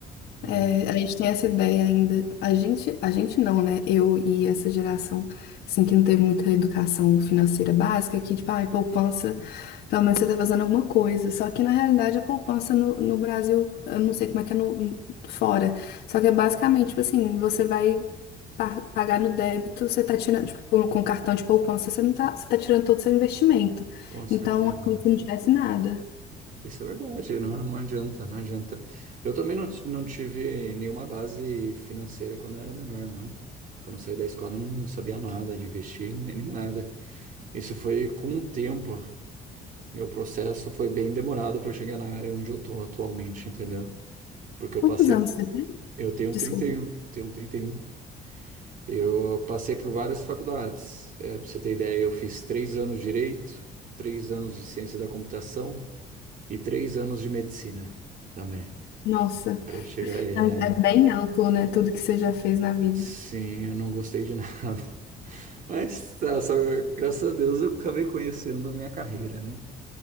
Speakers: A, on the right; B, on the left.
A: Mas
B: É, a gente tem essa ideia ainda. A gente, a gente não, né? Eu e essa geração, assim, que não teve muita educação financeira básica, que, tipo, ai, poupança, pelo menos você tá fazendo alguma coisa. Só que, na realidade, a poupança no, no Brasil, eu não sei como é que é no, fora. Só que é basicamente, tipo assim, você vai pa- pagar no débito, você tá tirando, tipo, com cartão de poupança, você não tá, você tá tirando todo o seu investimento.
A: com certeza.
B: Então, é como se não tivesse nada.
A: Isso é verdade, não, não adianta, não adianta. Eu também não, ti- não tive nenhuma base financeira quando eu era menor, não. Quando eu saí da escola, eu não não sabia nada de investir, nem nem nada. Isso foi com o tempo. Meu processo foi bem demorado para eu chegar na área onde eu tô atualmente, entendeu? Porque eu
B: Quantos
A: passei,
B: anos você tem?
A: eu tenho
B: Desculpa.
A: trinta e um, tenho 31. Eu passei por várias faculdades. É, para você ter ideia, eu fiz três anos de direito, três anos de ciência da computação e três anos de medicina também.
B: Nossa.
A: Para chegar, é...
B: É é bem amplo, né? Tudo que você já fez na vida.
A: sim, eu não gostei de nada. <laughs> Mas tá, só, graças a Deus eu acabei conhecendo a minha carreira, né?